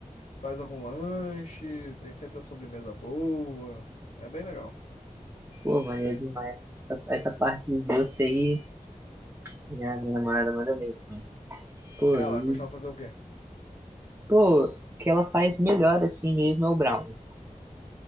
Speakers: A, on the left; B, on the right.
A: faz algum lanche, tem sempre a sobremesa boa. É bem legal.
B: pô, maneiro demais. Essa, essa parte do doce aí, minha, minha namorada manda bem também. Pô,
A: Ela
B: e,
A: costuma fazer o quê?
B: pô, o que ela faz melhor assim mesmo é o brownie.